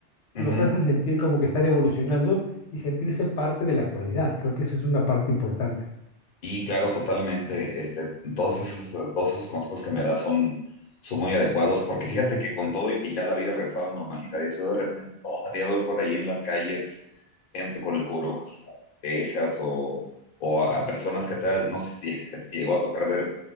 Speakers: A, on the left; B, on the left.
A: uh
B: los
A: -huh.
B: hace sentir como que están evolucionando y sentirse parte de la actualidad. Creo que eso es una parte importante.
A: y claro, totalmente, este, todos esos, eh, todos esos consejos que me das son, son muy adecuados, porque fíjate que con todo y que ya la vida ha regresado a la normalidad, y eso yo de repente todavía veo por ahí en las calles gente con el cubrebocas hasta las orejas o, o a, a personas que tal, no sé si <laughs> te llegó a tocar ver